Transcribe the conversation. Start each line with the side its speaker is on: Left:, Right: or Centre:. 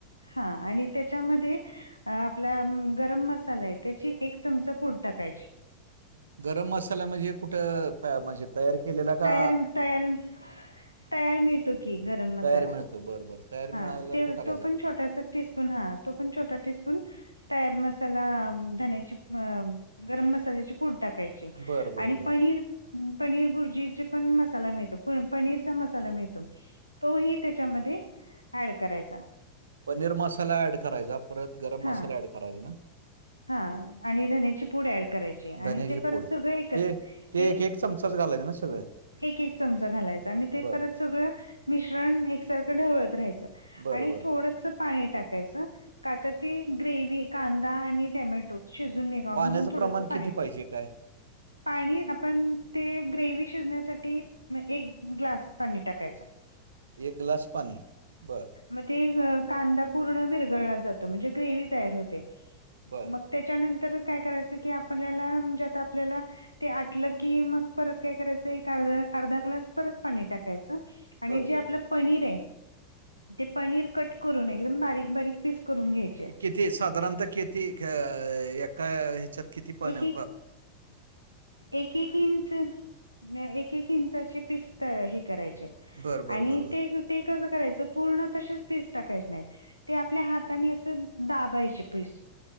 Left: हा आणि त्याच्यामध्ये. आपल्या गरम मसाला आहे त्याची एक चमचा पुड टाकायची.
Right: गरम मसाला म्हणजे कुठं म्हणजे. तयार केलेला. का
Left: तयार तयार तयार मिळतो की. गरम मसाला.
Right: तयार मिळतो बरं बरं. तयार
Left: हा
Right: मिळाला
Left: ते
Right: टाकायचा
Left: तो पण छोटासा <inaudible> हा तो पण छोटा. <inaudible> तयार मसाला धन्याची गरम मसाल्याची पूड टाकायची.
Right: बरं बरं
Left: आणि
Right: बरं
Left: पनीर. पनीर भुर्जीचे पण मसाला मिळतो पनीरचा मसाला मिळतो. तो ही त्याच्यामध्ये ऍड करायचा.
Right: पनीर मसाला ऍड करायचा परत गरम
Left: हा
Right: मसाला ऍड करायचा ना.
Left: हा आणि धन्याची पूड ऍड करायची आणि
Right: धन्याची
Left: ते परत
Right: पूड
Left: सगळ एकत
Right: ते ते
Left: एक.
Right: एक एक चमचाच घालायच ना सगळं.
Left: एक एक चमचा घालायचा आणि ते
Right: बरं
Left: परत. सगळं मिश्रण एकसारखं ढवळ राहायचं
Right: बरं
Left: आणि
Right: बरं
Left: थोडंसं पाणी टाकायच <inaudible> ती ग्रेव्ही कांदा आणि टमॅटो. शिजून निघाव
Right: पाण्याचं
Left: म्हणून थोडंस
Right: प्रमाण
Left: पाणी.
Right: किती पाहिजे काय
Left: पाणी आपण ते ग्रेवी शिजण्यासाठी. मग एक ग्लास पाणी टाकायच.
Right: एक ग्लास पाणी बरं.
Left: मग ते कांदा पूर्ण विरगळला जातो म्हणजे ग्रेवही तयार होते.
Right: बरं
Left: मग त्याच्यानंतर काय करायचं की आपल्याला म्हणजे आता आपल्याला. ते आटलं की मग परत काय करायचं एक अर् अर्धा ग्लास परत पाणी टाकायचं. आणि
Right: बरं
Left: जे
Right: बरं
Left: आपलं पनीर आहे ते पनीर कट करून एकदम बारीक बारीक पीस करून घ्याच.
Right: किती साधारणतः किती एका ह्याच्यात किती पण.
Left: एक
Right: <inaudible>
Left: एक एक एक इंच. एक एक इंचाची पिस हे करायचे
Right: बरं, बरं,
Left: आणि
Right: बरं, बरं.
Left: ते. ते कसं करायचं पूर्ण तसेच पीस टाकायचे नाहीत. ते आपल्या हाताने असं दाबायचे पिस.